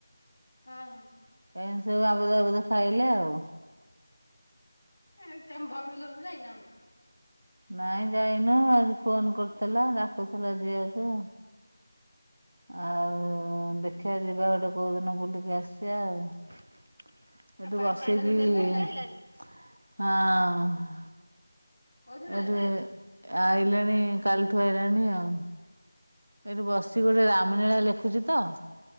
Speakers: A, on the left; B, on the right.
A: ହଁ ହଁ।
B: ଏମିତି ସବୁ ଆବୁରୁ ଜାବୁରୁ ଖାଇଲେ ଆଉ।
A: ଏ ତମ ଭଉଣୀ ଘରକୁ ଯାଇନ?
B: ନାଇଁ ଯାଇନୁ ଆଜି ଫୋନ୍ କରୁଥିଲା ଡାକୁଥିଲା ଯିବାକୁ। ଆଉ ଦେଖିବା ଯିବା ଗୋଟେ କୋଉଦିନ ବୁଲିକି ଆସିବା ଆଉ। ଏଠୁ
A: ଆଉ ବାରିପଦାରୁ ବୁଲିକି ଆଇଲଣି
B: ବସେଇକି ହଁ।
A: କୋଉଦିନ ଆଇଲ?
B: ଏଠି ଆଇଲେଣି କାଲିଠୁ ଆଇଲାଣି ଆଉ। ଏଇଠି ବସିିଚି ଗୋଟେ ରାମଲୀଳା ଲେଖୁଛି ତ?